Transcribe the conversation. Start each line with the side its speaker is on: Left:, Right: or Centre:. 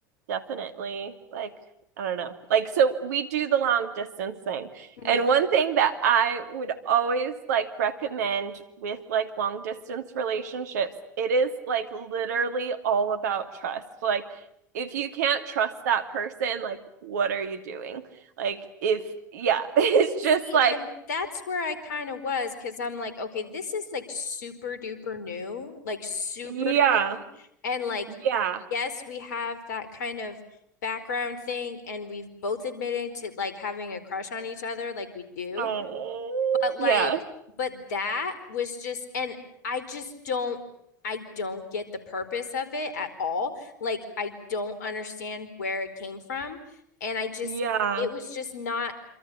Right: definitely like I don't know. Like, so we do the long distance thing.
Left: mhm.
Right: And one thing that I would always like recommend with like long distance relationships, it is like literally all about trust. Like, if you can't trust that person, like, what are you doing? Like, if, yeah, <laughs> it's
Left: See,
Right: just like,
Left: and that's where I kind of was because I'm like, okay, this is like super duper new, like super
Right: yeah,
Left: new. And like,
Right: yeah,
Left: yes, we have that kind of background thing, and we've both admitted to like having a crush on each other, like we do.
Right: oh,
Left: But like,
Right: yeah,
Left: but that was just, and I just don't, I don't get the purpose of it at all. Like, I don't understand where it came from. And I just,
Right: yeah.
Left: it was just not,